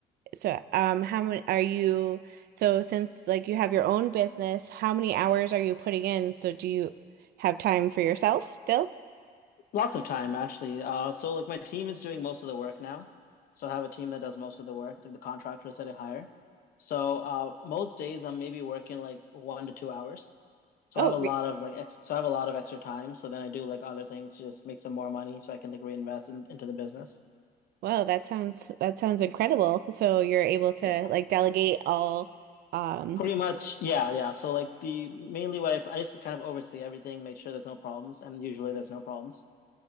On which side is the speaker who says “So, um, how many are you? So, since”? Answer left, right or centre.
Right